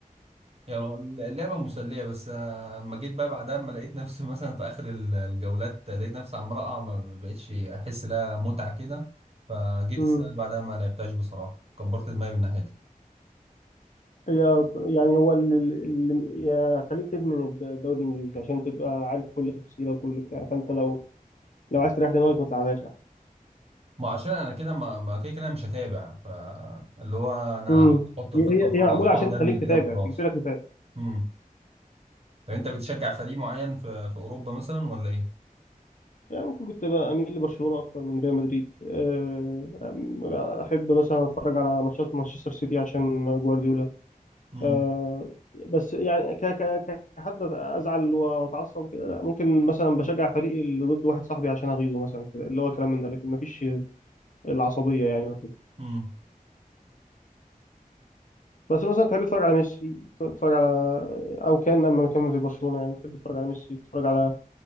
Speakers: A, on the right (about 45°); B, on the left (about 60°).
A: يعني هو اللعبة مسلية بس آه، اما جيت بقى بعدها اما لقيت نفسي <laughs> مثلا في اخر ال- الجولات لقيت نفسي عمال اقع ما بقتش احس لها متعة كده فجيت
B: امم
A: السنة اللي بعدها ما لعبتهاش بصراحة كبرت دماغي من ناحيتها
B: هي يعني هو اللي اللي- يا- خليك تدمن الد- الدوري الانجليزي عشان تبقى عارف كل تفصيله وكل بتاع فانت لو لو عايز تريح دماغك ما تلعبهاش احسن
A: ما عشان انا كده ما ما كده كده مش هتابع فاللي هو انا
B: امم
A: هحط الخطة
B: هي هي
A: وخلاص
B: هي معموله
A: واقعد
B: عشان تخليك
A: ارمي كده
B: تتابع
A: وخلاص
B: تجبرك تتابع
A: امم طب انت بتشجع فريق معين في في اوروبا مثلا ولا ايه؟
B: يعني ممكن كنت بقى اميل لبرشلونه اكتر من ريال مدريد أه، أم- احب مثلا اتفرج على ماتشات مانشستر سيتي عشان جوارديولا
A: امم
B: أه، بس يعني ك ك كحد ازعل واتعصب وكده لا ممكن مثلا بشجع فريقي اللي ضد واحد صاحبي عشان اغيظه مثلا كده اللي هو كلام من ده لكن مفيش العصبيه يعني أو كده
A: امم
B: بس مثلا تحب تتفرج على ميسي تتفرج على او كان لما كان في برشلونه يعني تحب تتفرج على ميسي تتفرج على